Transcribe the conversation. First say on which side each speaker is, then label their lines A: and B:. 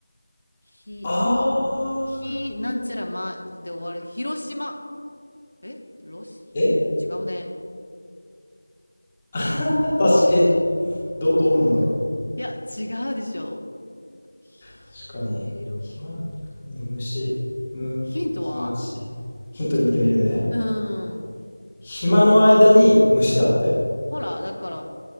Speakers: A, on the left; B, on the left.
A: 火、
B: あ
A: 火なんちゃらまで終わる。
B: ー、
A: 広島。えロシ
B: え
A: 違うね。
B: あはは <laughs> 確か、え、どう、どうなんだろ
A: いや、違うでしょ。ひ色。
B: う確かに、暇な時に虫、む、
A: ヒントは
B: 暇し。ヒント見てみるね。
A: うん。
B: 暇の間に虫だって。
A: ほら、だから、